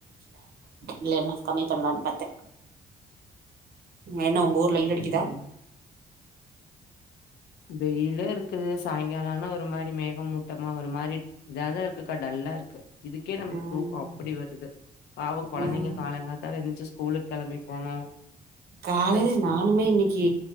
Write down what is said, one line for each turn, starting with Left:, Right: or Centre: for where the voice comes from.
Right: இல்லேனா கம்மிப் பண்லான் பாத்தே என்ன ஒங்கூர் வெய்லடிக்குதா
Left: ம் வெயிலு இருக்குது சாங்கால ஆனா ஒரு மாரி மேகமூட்டமா ஒரு மாரி இதாதா இருக்குக்கா டல்லா இருக்கு இதுக்கே நமக்கு
Right: ம்
Left: தூக்க அப்புடி வருது பாவ கொழந்தங்க
Right: ம்
Left: காலங்காத்தால எந்திரிச்சு ஸ்கூலுக் கெளம்பி போனு
Right: காலேல
Left: ச
Right: நானுமே இன்னெக்கி